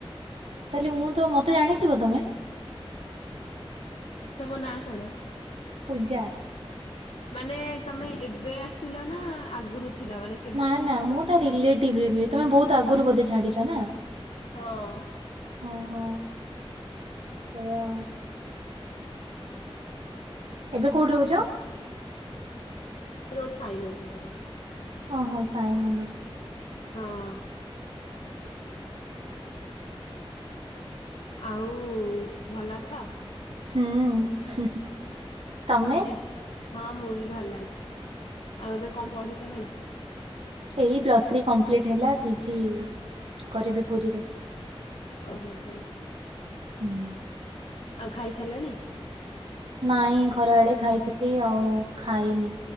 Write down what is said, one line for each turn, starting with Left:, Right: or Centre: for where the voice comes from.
Right: ତାହେଲେ ମୁଁ ତ ମତେ ଜାଣିଥିବ ତମେ?
Left: ତମ ନାଁ କଣ?
Right: ପୂଜା।
Left: ମାନେ ତମେ ଏବେ ଆସିଲ ନା ଆଗରୁ ଥିଲ ମାନେ
Right: ନା ନା ମୁଁ ତା ରିଲେଟିଭ ହେବି ତମେ ବହୁତ ଆଗରୁ ବୋଧେ ଛାଡିଛ ନା।
Left: ହଁ।
Right: ଓହୋ। ସେଇଆ ଆଉ ଏବେ କୋଉଠି ରହୁଛ?
Left: ରୋଡ ସାଇ ମନ୍ଦିରରେ।
Right: ଓହୋ ସାଇ ମନ୍ଦିର।
Left: ହଁ। ଆଉ ଭଲ ଅଛ?
Right: ହୁଁ ତମେ?
Left: ଏବ୍ ହଁ ମୁଁ ବି ଭଲ ଅଛି, ଆଉ ଏବେ କଣ ପଢୁଛ କଣ?
Right: ଏଇ ପ୍ଲସ୍ ଥ୍ରୀ କମ୍ପ୍ଲିଟ ହେଲା ପିଜି କରିବି ପୁରୀରେ।
Left: ଓ ହ।
Right: ହୁଁ।
Left: ଆଉ ଖାଇସାରିଲଣି?
Right: ନାଇଁ ଖରା ବେଳେ ଖାଇଥିଲି ଆଉ ଖାଇନି